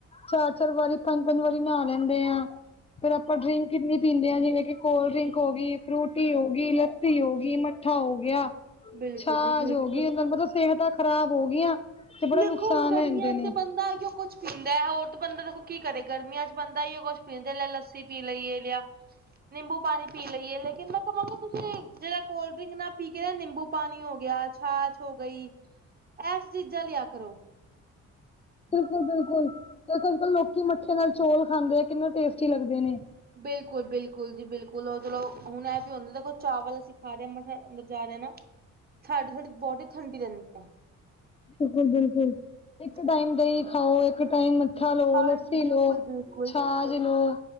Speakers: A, on the left (about 20°); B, on the right (about 30°).
A: ਚਾਰ ਚਾਰ ਵਾਰੀ ਪੰਜ ਪੰਜ ਵਾਰੀ ਨਾਅ ਲੈਂਦੇ ਆਂ। ਫੇਰ ਆਪਾਂ ਡਰਿੰਕ ਕਿੰਨੀ ਪੀਂਦੇ ਆਂ ਜਿਵੇਂ ਕਿ- ਕੋਲਡ ਡਰਿੰਕ ਹੋ ਗਈ, ਫਰੂਟੀ ਹੋ ਗਈ, ਲੱਸੀ ਹੋ ਗਈ, ਮੱਠਾ ਹੋ ਗਿਆ।
B: ਬਿਲਕੁਲ
A: ਛਾਜ
B: ਜੀ ਬਿਲਕੁਲ।
A: ਹੋ ਗਈ। ਮੈਂਨੂੰ ਪਤਾ ਸੇਤਾਂ ਖ਼ਰਾਬ ਹੋ ਗਈਆਂ। ਤੇ ਬੜੇ
B: ਦੇਖੋ
A: ਨੁਕਸਾਨ
B: ਹੁਣ ਗਰਮੀਆਂ
A: ਹੁੰਦੇ ਨੇ
B: 'ਚ ਤੇ ਬੰਦਾ ਐਈ ਓ ਕੁਛ- ਪੀਂਦਾ ਹੋਰ ਤਾਂ ਬੰਦਾ ਦੇਖੋ ਕੀ ਕਰੇ ਗਰਮੀਆਂ 'ਚ ਬੰਦਾ ਐਈ ਓ ਕੁਛ ਪੀਂਦੇ ਲਿਆ ਲੱਸੀ ਪੀ ਲਈਏ ਲਿਆ। ਨਿੰਬੂ ਪਾਣੀ ਪੀ ਲਈਏ ਲੇਕਿਨ ਮੈਂ ਕਵਾਂਗਾ ਤੁਸੀਂ ਜੇੜਾ ਕੋਲਡ ਡਰਿੰਕ ਨਾ ਪੀ ਕੇ ਨਾ ਨਿੰਬੂ ਪਾਣੀ ਹੋ ਗਿਆ ਅੱਜ- ਛਾਸ਼ ਹੋ ਗਈ। ਐ ਚੀਜ਼ਾਂ ਲਿਆ ਕਰੋ।
A: ਬਿਲਕੁਲ -ਬਿਲਕੁਲ ਤੇ ਅੱਜ ਕੱਲ੍ਹ ਲੋਕੀ ਮੱਠੇ ਨਾਲ ਚੌਲ ਖਾਂਦੇ, ਕਿੰਨੇ ਟੇਸਟੀ ਲੱਗਦੇ ਨੇ।
B: ਬਿਲਕੁਲ -ਬਿਲਕੁਲ ਜੀ ਬਿਲਕੁਲ ਮਤਲਬ ਹੁਣ ਏ ਵੀ ਹੁੰਦਾ ਦੇਖੋ ਚਾਵਲ ਅਸੀਂ ਖਾ ਰਹੇ ਆਂ ਮੈਂ ਕਿਹਾ ਅੰਦਰ ਜਾ ਰਿਆ ਨਾ ਸਾਡੀੇ ਥੋਡੀ ਬੋਡੀ ਠੰਡੀ ਰਹਿੰਦੀ ਐ।
A: ਬਿਲਕੁਲ- ਬਿਲਕੁਲ ਇੱਕ
B: ਹਾਂਜੀ।
A: ਟਾਈਮ ਦਹੀਂ ਖਾਓ, ਇੱਕ ਟਾਈਮ ਮਿੱਠਾ ਲਓ,
B: ਹਾਂਜੀ
A: ਲੱਸੀ
B: ਬਿਲਕੁਲ-ਬਿਲਕੁਲ
A: ਲੋ, ਛਾਛ- ਦੋ ਲੋ।